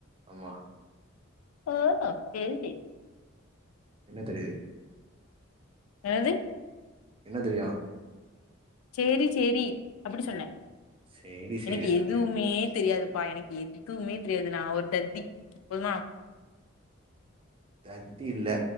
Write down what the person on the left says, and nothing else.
ஓ தெரிது
என்னது
சேரி சேரி அப்டி சொன்னே
எனக்கு
எதுமே தெரியாது ப்பா எனக்கு எதுமே தெரியாது நா ஒரு தத்தி போதுமா